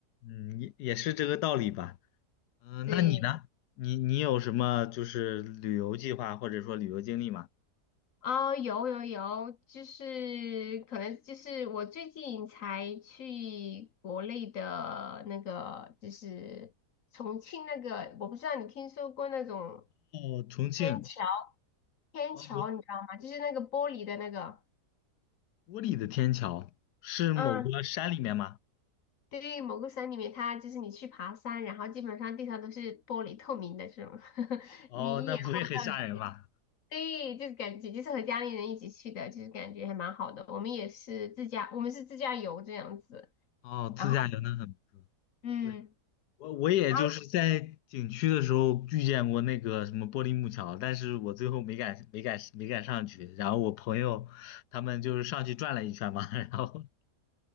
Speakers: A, on the left; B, on the left.
A: 嗯，也也是这个道理吧。嗯，
B: 对，
A: 那你呢？你你有什么就是旅游计划或者说旅游经历吗？
B: 哦，有有有，就是可能就是我最近才去国内的那个，就是重庆那个，我不知道你听说过那种。
A: 哦，重庆。
B: 天桥。天桥，
A: 嗯，
B: 你知道吗？就是那个玻璃的那个，
A: 玻璃的天桥是某个山里面吗？
B: 嗯，对，某个山里面，它就是你去爬山，然后基本上地上都是玻璃透明的这种，<laughs>
A: 哦，
B: 你一眼望到，
A: 那不会很吓人吧？
B: 对，就是感觉就是和家里人一起去的，就是感觉还蛮好的。我们也是自驾，我们是自驾游这样子，
A: 哦，
B: 然后
A: 自驾游那很不错。
B: 嗯，
A: 对，我我也就是在景区的时候遇见过那个什么玻璃木桥，
B: 然后
A: 但是我最后没敢没敢没敢上去。然后我朋友他们就是上去转了一圈嘛，<laughs> 然后